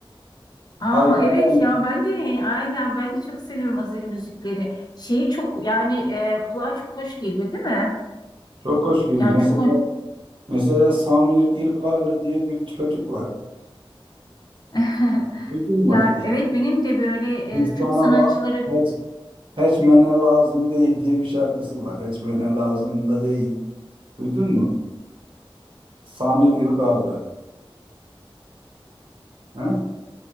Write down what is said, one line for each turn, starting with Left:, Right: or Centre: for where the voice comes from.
Left: Aa
Right: Aybalan
Left: evet ya ben de aynen ben de çok seviyorum Azeri müzikleri. Şeyi çok yani e, kulağa çok hoş geliyor değil mi?
Right: çok hoş geliyor.
Left: Yani
Right: Mesela
Left: çok hoş.
Right: mesela Samir İlkarlı diye bir çocuk var.
Left: <laughs>
Right: Duydun mu?
Left: Ya
Right: Hiç,
Left: evet benim de böyle
Right: hiç
Left: e, çok
Right: bana
Left: sanatçıları
Right: la, hiç, Heçmene lazım değil diye bir şarkısı var. Heçmene lazım da değil. Duydun mu? Samir İlgarlı. Ha?